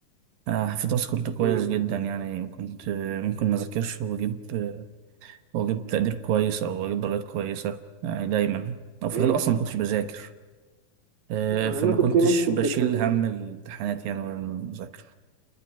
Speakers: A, on the right (about 75°); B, on the right (about 45°).
A: آه، في دراسة كنت كويس
B: امم
A: جدا يعني كنت آه، ممكن ما أذاكرش وأجيب آه، وأجيب تقدير كويس أو أجيب درجات كويسة يعني دايما أو في
B: امم
A: الغالب أصلا ما كنتش بذاكر آه،
B: أنا
A: فما
B: كنت
A: كنتش
B: نفس الفكرة
A: بشيل
B: كده
A: هم الامتحانات يعني ولا المذاكرة